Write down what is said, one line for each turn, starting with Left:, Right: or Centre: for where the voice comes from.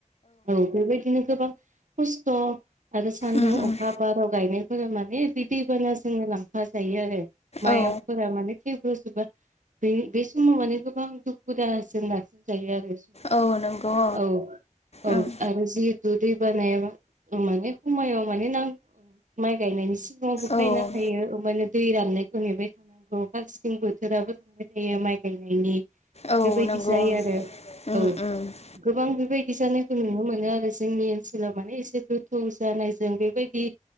Right: औ बेबायदिनो गोबां खस्थ' आरो सान्दुं
Left: उम उम
Right: अखा बाराव गायनायफोरा माने बि दैबाना जोङो लांफा जायो आरो माइ
Left: औ
Right: फोरा माने थब्रजोबो बे बे समाव माने गोबां दुखु दाहजों नारसिनजायो आरो
Left: औ नंगौ
Right: औ औ
Left: ओं
Right: आरो जिहेतु दै बानायाबा माने समायाव माने नांगौ माइ गायनायनि सिगाङावबो
Left: ओं
Right: फायना थायो ओबानो दै राननायखौ नेबाय थानो नांगौ फांसेथिं बोथोराबो थांबाय थायो माइ गायनायनि
Left: औ
Right: बेबायदि
Left: नंगौ
Right: जायो
Left: ओं
Right: आरो
Left: <unintelligible>
Right: औ गोबां बेबायदि जानायखौ नुनो मोनो आरो जोंनि ओनसोलाव माने एसे गोथौ जानायजों बेबायदि